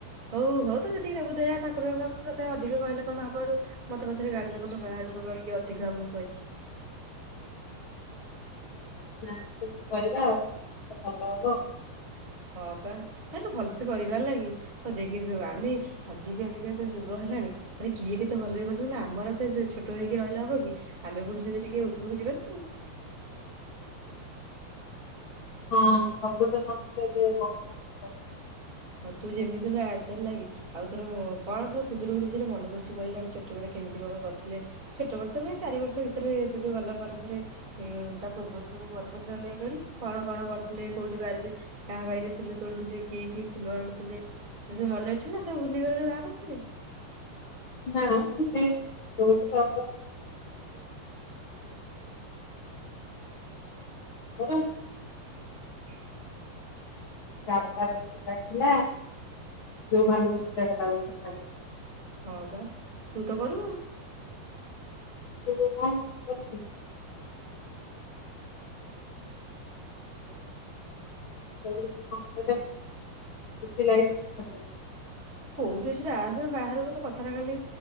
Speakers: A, on the right; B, on the left.
A: ହଉ ହଉ ତୋର ଯେତିକି ଦେବୁ ଦେ ଠାକୁରଙ୍କ କାମ ଆମେ ତ ତତେ ଅଧିକ କହିଲେ କଣ ହବଡୁ ମତେ ପଛରେ ଗାଳି ଦେବୁଲୋ ମା ସେଠୁ କହିବ ଇଏ ଅଧିକ ଆମ ହୋଇଛି।
B: ନାଁ ସେମିତି କରିବା ଆଉ ଭଲ ହବ ଆଉ।
A: ହଁ ବା ତାହାଲେ ଭଲସେ କରିବାର ହେଲା କି ଦେଖ ଆଲୋ ଆଜିକା ଡେଟ୍ ରେ ଯୋଉ ଯୁଗ ହେଲାଣି ମାନେ କିଏ କେତେ ଭଲ ହେଇ କରି ଆମର ସେ ଛୋଟ ହେଇକି ରହିଲା ହବ କି ଆମେ ପୁଣି ସେମିତି ଟିକେ ଉପରକୁ ଯିବାନା ଆଉ।
B: ହଁ ସବୁ ତ ସମସ୍ତେ ଏବେ ବହୁତ ଭଲ ପାଇ।
A: ହଁ ଯେମିତି ହେଲେ ଆସେ ହେଲା କି ଆଉ ତୋର କଣ ତୁ ଖୁଦୁରୁକୁଣି ବିଷୟରେ ମାନେ ପଡୁଛି କହିଲୁ ଆମେ ଛୋଟବେଳେ କେମିତି କଣ କରୁଥିଲେ ଛୋଟବେଳୁ ତ ନୁହେଁ ଚାରି ବର୍ଷ ଭିତରେ ତୁ ଯୋଉ ଗଲା ପରେ ପରେ ତା ପୂର୍ବରୁ ସବୁ ମନେ ପଡୁଛି ନା ନାହିଁ କଲି କଣ କଣ କରିଥିଲେ କୋଉଠି ବାରିରେ କାହା ବାରିରେ ଫୁଲ ତୋଲୁଥିଲେ କିଏ? କି ଫୁଲ ଆଣୁଥିଲେ ସେସବୁ ମନେ ଅଛି ନା ସବୁ ଭୁଲିଗଲୁ ୟା ଭିତରେ।
B: ନା ଫୁଲି ବହୁ ପ୍ରବଳ <unintelligible>
A: <inaudible>
B: ଜାଗ ପିଲା ଥିଲା ଯୋଉ ଭଲୁ ଜାଗା <unintelligible>
A: ହଁ ବା ତୁ ତ କରୁ ଆଉ।
B: <unintelligible> <unintelligible>
A: ତୁ କୋଉଠି ଅଛୁ ରେ ଆସ ବାହାରକୁ ତ କଥାଟା କାଲି